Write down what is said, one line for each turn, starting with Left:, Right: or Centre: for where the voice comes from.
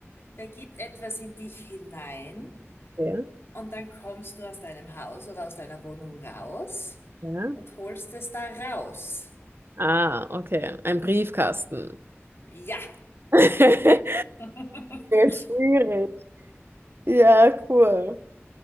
Left: Der gibt etwas in dich hinein
Right: Okay.
Left: und dann kommst du aus deinem Haus oder aus deiner Wohnung raus
Right: Ja.
Left: und holst es da raus.
Right: Ah, okay. Ein Briefkasten.
Left: Ja.
Right: <laughs> Okay,
Left: <laughs> Aber
Right: schwierig. Ja, cool.